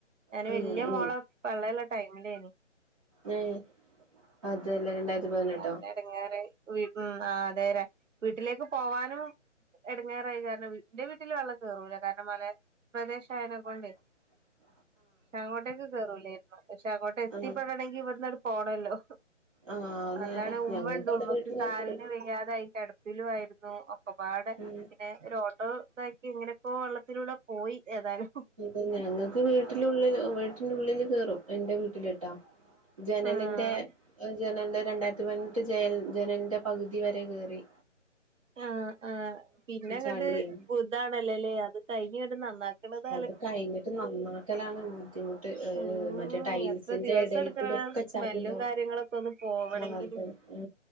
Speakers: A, on the right; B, on the right.
A: ഞാന്
B: ഉം
A: വല്ല്യായ
B: ഉം
A: മോള്
B: ഉം അതല്ലേ രണ്ടായിരത്തി
A: ഉം
B: പതിനെട്ടോ
A: നല്ല എടങ്ങാറ് വീട്ട ഉം ആാ തെരാ വീട്ടിലേക്ക് പോവാനും എടങ്ങാറായി കാരണം എന്റെ വീട്ടില് വെള്ളം കേറൂലാ കാരണം മലെ പ്രദേശം ആയത് കൊണ്ടോ
B: അ
A: പക്ഷെ അങ്ങോട്ടേക്കെ കേയറൂലായിരുന്നു പക്ഷെ അങ്ങോട്ടെ എത്തിപ്പെടണമെങ്കിൽ
B: ആഹ്
A: ഇവിടുന്ന്ട് പോണല്ലോ
B: ആഹ് നേരാ
A: അന്നാണ് ഉമ്മ
B: ഞങ്ങക്ക്
A: ഉണ്ട്
B: അവിടെ
A: ഉമ്മക്ക്
B: വീട്ടില്
A: കാലിന്
B: കേറും
A: വെയ്യാതൊയി. കിടപ്പിലു ആരുന്നു ഒപ്പപാട്
B: ഉം
A: പിന്നെ ഒരു ഓട്ടോ ഇത എങ്ങനെപ്പോ വെള്ളത്തിലൂടെ പോയി ഏതായാലും
B: എ ഞങ്ങക്ക് വീട്ടിലുള്ളിൽ വീട്ടിന്റെള്ളില് കേയറും എന്റെ വീട്ടിലിട്ടാ ജനലിന്റെ
A: ആഹ്
B: ജനലിന്റെ രണ്ടായിരത്തി പതിനെട്ട് ജ ജനലിന്റെ പകുതി ഇതുവരെ കയറി
A: ആ ആ പിന്നെ ഇങ്ങട്ട്
B: ചളിയും
A: ഇതാണല്ലേല്ലേ അത് കഴിഞ്ഞട്ട് നന്നാക്കണത
B: അത് കഴിഞ്ഞിട്ട് നന്നാക്കലാണ് ബുദ്ധിമുട്ട്
A: ഉം
B: മറ്റേ ടൈൽസിന്റെ
A: എത്ര ദിവസം
B: ഇടൽ
A: എടുക്കണ
B: കൂടെൊക്കെ
A: സ്മെല്ലും
B: ചളിണ്ടാവും
A: കാര്യങ്ങളൊക്കെ ഒന്ന് പോവണെങ്കില്
B: ആ ഉ